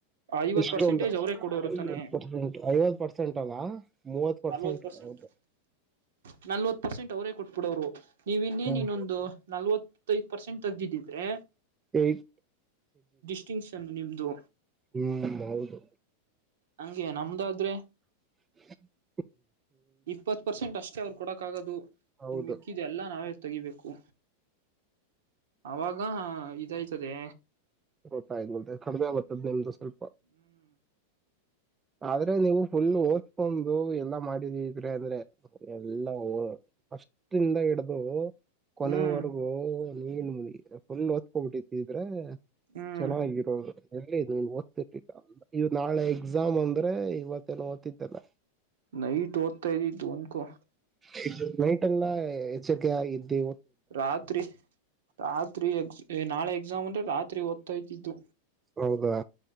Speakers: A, on the right; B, on the right.
A: ಐವತ್
B: ಎಷ್ಟೊ
A: ಪರ್ಸೆಂಟೇಜ್
B: ಐವ
A: ಅವರೇ ಕೊಡೋರು ತಾನೆ
B: ಪರ್ೆಂಟ್ ಐವತ್ತು ಪರ್ಸೆಂಟ್ ಅಲ್ಲ ಮೂವತ್ ಪರ್ಸೆಂಟ್
A: ನಲ್ವತ್
B: ಹೌದು
A: <inaudible> ನಲ್ವತ್ ಪರ್ಸೆಂಟ್ ಅವರೇ ಕೊಟ್ಬಿಡ ಅವ್ರು ನೀವ ಇನ್ನೇನ್
B: ಹ್ಮ್
A: ಇನ್ನೊಂದು ನಲ್ವತ್ತಐ್ ಪರ್ಸೆಂಟ್ ತೆಗ್ದಿದಿ ಇದ್ರಿ
B: ಈ
A: ಡಿಸ್ಟಿಂಕ್ಷನ್ ನಿಮ್ದು
B: ಹ್ಮ್ ಹೌದು
A: ಹಂಗಗೆ ನಮ್ದಾದ್ರೆ
B: ಹ
A: ಇಪ್ಪತ್ ಪರ್ಸೆಂಟ್ ಅಷ್ಟೇ ಅವ್ರು ಕೊಡಕ್ ಆಗೋದು
B: ಹೌದು
A: ನಿನ್ ಮಿಕ್ಕಿದ ಎಲ್ಲ ನಾವೇ ತೆಗಿಬೇಕು ಅವಾಗ ಇದಾಯ್ತದೆ
B: ಗೊತ್ತ ಆ್ದ ಕಡಿಮೆ ಬರ್ತದ ನಿಮ್ದು ಸ್ವಲ್ಪ
A: ಹ್ಮ್
B: ಆದ್ರೆ ನೀವು ಫುಲ್ ಓದ್ಕೊಂಡು ಎಲ್ಲಾ ಮಾಡಿದಿದ್ರೆ ಅಂದ್ರೆ ಎಲ್ಲ ಫಸ್ಟ್ ಇಂದ ಹಿಡ್ದು ಕೊನೆಯವರೆಗೂ
A: ಹ್ಮ್
B: ನೀನ್ ಮುನಿ ಫುಲ್ ಒತ್ಕೋಬಿಟ್ಟಿದ್ರ
A: ಹ್ಮ್
B: ಚೆನ್ನಾಗಿರೋದು ಎ ಇದು ಓದ್ತಿರ್ಲಿಲ್ಲ ನಾಳೆ ಎಕ್ಸಾಮ್ ಅಂದ್ರೆ ಇವತ್ತೇನು ಓದ್ತಿದ್ದಲ್ಲ.
A: ನೈಟ್ ಓದ್ತಾ ಇದ್ದಿದ್ದು ಅನ್ಕೋ
B: ಹ ಎಲ್ಲ ಎಚ್ಚರ್ಕೆ ಇದ್ದು
A: ರಾತ್ರಿ ರಾತ್ ತ್ರಿ ಎ ನಾಳೆ ಎಕ್ಸಾಮ್ ಅಂದ್ರೆ ರಾತ್ರಿ ಓದ್ತಾ ಇದ್ದಿದ್ದು.
B: ಹೌದಾ